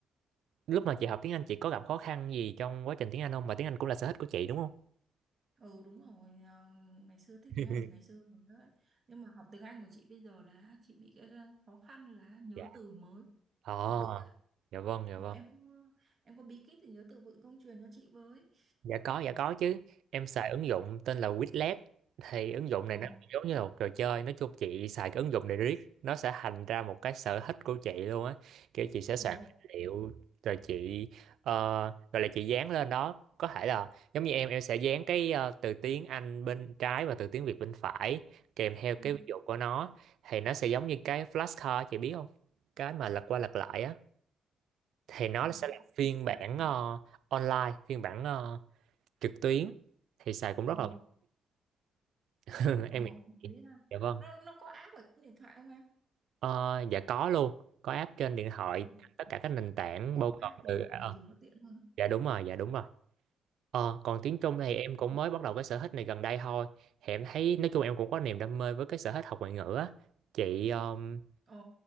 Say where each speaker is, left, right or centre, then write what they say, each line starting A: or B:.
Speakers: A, on the right; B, on the right.
A: lúc mà chị học tiếng Anh chị có gặp khó khăn gì trong quá trình tiếng Anh không? Mà tiếng Anh cũng là sở thích của chị đúng không?
B: Ừ đúng rồi ờ, ngày xưa thích
A: <laughs>
B: tiếng Anh từ ngày xưa rồi đó. Nhưng mà học tiếng Anh của chị bây giờ là chị bị cái khó khăn là nhớ
A: Dạ.
B: từ mới
A: Ờ,
B: từ vựng á
A: dạ vâng, dạ
B: Ồ,
A: vâng.
B: em có em có bí kíp thì nhớ từ vựng không truyền cho chị với
A: Dạ có, dạ có chứ. Em xài ứng dụng tên là Quizlet. Thì ứng dụng
B: ồ
A: này nó giống như là một trò chơi. Nói chung chị xài cái ứng dụng này riết. Nó sẽ thành ra một cái sở thích của chị luôn á. Kiểu chị sẽ soạn
B: ồ
A: tài liệu. Rồi chị, ờ, rồi là chị dán lên đó. Có thể là giống như em, em sẽ dán cái ờ, từ tiếng Anh bên trái và từ tiếng Việt bên phải. Kèm theo
B: ừ.
A: cái ví dụ của nó. Thì nó sẽ giống như cái flashcard chị biết không? Cái mà lật qua lật lại á. Thì nó
B: là-
A: sẽ là phiên bản ờ, online. Phiên bản ờ, trực tuyến thì xài cũng
B: ồ
A: rất là <laughs>
B: ồ
A: em nghĩ
B: đấy là
A: dạ vâng
B: nó nó có app ở trên điện thoại không em
A: Ờ, dạ có luôn có app trên điện thoại
B: ừ,
A: tất cả các nền tảng
B: ừ
A: bao
B: có app
A: gồm
B: thì
A: từ
B: mình
A: à, ờ,
B: dùng nó tiện hơn
A: dạ đúng rồi dạ đúng rồi Ờ, còn tiếng Trung thì em cũng mới bắt đầu cái sở thích này gần đây thôi thì em thấy nói chung em cũng có niềm đam mê với cái sở thích học ngoại ngữ á chị um,
B: ồ